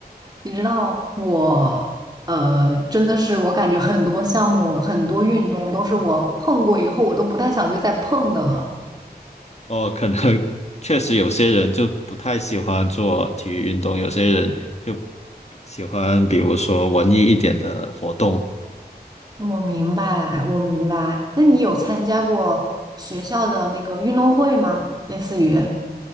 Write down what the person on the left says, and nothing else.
哦，可能 <laughs> 确实有些人就不太喜欢做体育运动，有些人就喜欢比如说文艺一点的活动，